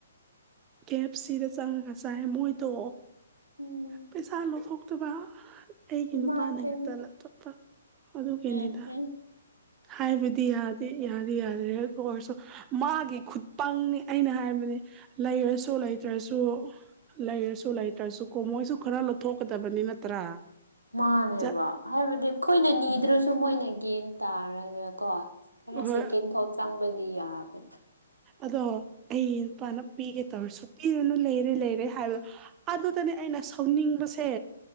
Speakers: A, on the right (about 20°); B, on the right (about 80°).
A: ꯀꯦ ꯑꯦꯐ ꯁꯤꯗ ꯆꯪꯉꯒ ꯆꯥꯏ ꯃꯣꯏꯗꯣ
B: ꯎꯝ
A: ꯄꯩꯁꯥ ꯂꯧꯊꯣꯛ ꯑ ꯑꯩꯒꯤ
B: ꯏꯃꯥ
A: ꯅꯨꯄꯥꯅ
B: ꯏꯕꯦꯝꯃ
A: ꯉꯥꯛꯇ ꯂꯇꯣꯞꯄ ꯑꯗꯨꯒꯤꯅꯤꯗ
B: ꯎꯝ ꯎꯝ
A: ꯍꯥꯏꯕꯗꯤ ꯌꯥꯗꯤ ꯌꯥꯗꯤ ꯌꯥꯗ꯭ꯔꯦ ꯑꯧ ꯑꯣꯏꯔꯁꯨ꯫ ꯃꯥꯒꯤ ꯈꯨꯠꯄꯪꯅꯤ ꯑꯩꯅ ꯍꯥꯏꯕꯅꯦ ꯂꯩꯔꯁꯨ ꯂꯩꯇ꯭ꯔꯁꯨ꯫ ꯂꯩꯔꯁꯨ ꯂꯩꯇ꯭ꯔꯁꯨ ꯀꯣ ꯃꯣꯏꯁꯨ ꯈꯔ ꯂꯧꯊꯣꯛꯀꯗꯕꯅꯤ ꯅꯠꯇ꯭ꯔꯥ꯫
B: ꯃꯥꯅꯦꯕ
A: ꯆꯠ
B: ꯍꯥꯏꯕꯗꯤ ꯑꯩꯈꯣꯏꯅ ꯅꯤꯗ꯭ꯔꯁꯨ ꯃꯣꯏꯅ ꯒꯦꯟ ꯇꯥꯔꯒꯀꯣ ꯈꯔ
A: ꯍꯣꯏ
B: ꯁꯦꯀꯦꯟ ꯊꯣꯠ ꯆꯥꯡꯕꯗꯤ ꯌꯥꯕꯅꯤ꯫
A: ꯑꯗꯣ ꯑꯩ ꯅꯨꯄꯥꯅ ꯄꯤꯒꯦ ꯇꯧꯔꯁꯨ ꯄꯤꯔꯨꯅꯨ ꯂꯩꯔꯦ ꯂꯩꯔꯦ ꯍꯥꯏꯕꯣ ꯑꯗꯨꯗꯅꯦ ꯑꯩꯅ ꯁꯧꯅꯤꯡꯕꯁꯦ꯫